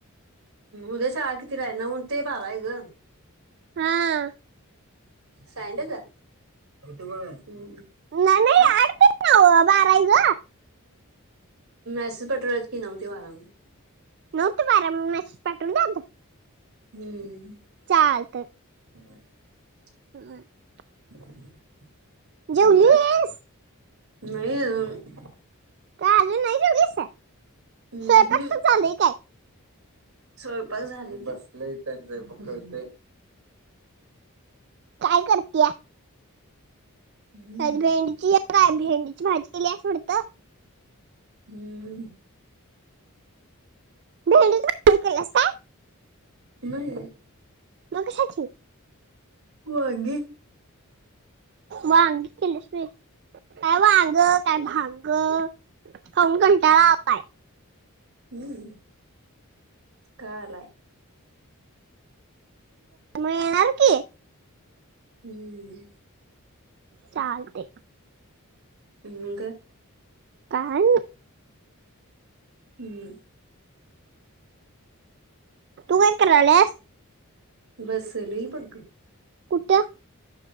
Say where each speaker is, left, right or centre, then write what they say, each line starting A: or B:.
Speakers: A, on the right; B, on the right.
A: उद्या शाळा कितीला हाय नऊ ते बारा आहे ग.
B: हां.
A: सायंडेद हम्म
B: नाही
A: का?
B: हो बारा आहे ग
A: मॅसेज पाठवल्यात की नऊ ते बारा म्हणून.
B: नऊ ते बारा म्हणून मॅसेज पाठवल्यात?
A: हम्म.
B: चालतंय.
A: <inaudible>
B: <unintelligible>
A: <inaudible> हम्म
B: जेवलीस?
A: काय नाही आजुन.
B: का अजून नाही जेवलीस
A: हम्म
B: स्वयंपाक
A: हम्म.
B: तर चालू काय
A: स्वयंपाक झाल की.
B: काय करतीया?
A: हम्म
B: भेंडीची काय भेंडी भाजी केलीयास वाटतं?
A: हम्म.
B: भेंडीची भाजी केलियास काय?
A: नाही
B: मग कशाची?
A: वांगी.
B: वांगी केलीस व्हय. काय वांग काय भांग. खाऊन कंटाळा आलाय.
A: हम्म का आलाय?
B: म येणार की.
A: हम्म.
B: चालतय.
A: ह ग
B: काय नाही.
A: हम्म
B: तू काय करालियास?
A: बस लेय बघ ग.
B: कुठ?